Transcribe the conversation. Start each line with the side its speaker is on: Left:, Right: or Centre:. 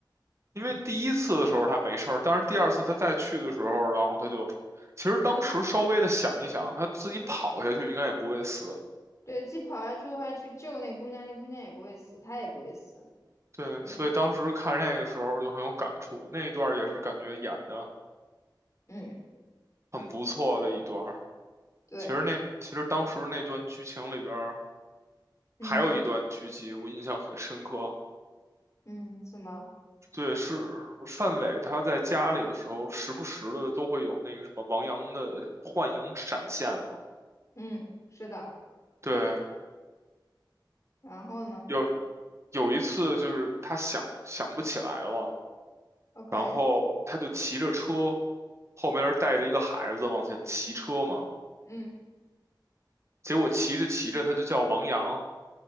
Right: 因为第一次的时候他没事儿，但是第二次他再去的时候，然后他就，其实当时稍微的想一想，他自己跑下去应该也不会死。
Left: 对，自己跑下去的话去救那姑娘，那姑娘也不会死，他也不会死。
Right: 对，
Left: 嗯
Right: 所以当时看那个时候就很有感触，那一段儿也是感觉演的
Left: 嗯，
Right: 很不错的一段儿
Left: 对，
Right: 其实那其实当时那段剧情里边儿
Left: 嗯
Right: 还有一段剧集我印象很深刻，
Left: 嗯，什么？
Right: 对，是范伟他在家里的时候，时不时的都会有那个什么王阳的幻影闪现嘛。
Left: 嗯，是的。
Right: 对，
Left: 然后呢
Right: 有有一次就是他想想不起来了，
Left: ？OK，
Right: 然后他就骑着车，后边儿带着一个孩子往前骑车嘛，
Left: 嗯，
Right: 结果骑着骑着他就叫王阳，